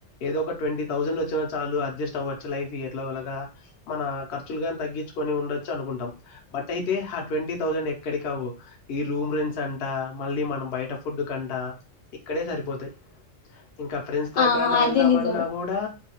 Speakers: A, on the left; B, on the left.
A: ఏదో ఒక ట్వంటీ థౌసండ్ వచ్చినా చాలు అడ్జస్ట్ అవ్వచ్చు లైఫ్ ఎట్లాలాగా మన ఖర్చులు గాని తగ్గించుకొని ఉండొచ్చు అనుకుంటాం బట్ అయితే ఆ ట్వంటీ థౌసండ్ ఎక్కడి కావు ఈ రూమ్ రెంట్స్ అంటా మళ్ళీ మన బయట ఫుడ్ కంటా ఇక్కడే సరిపోతాయి ఇంకా ఫ్రెండ్స్
B: ఆ
A: ఎక్కడైనా
B: అది
A: వెళ్దాం
B: నిజమే
A: అన్నా కూడా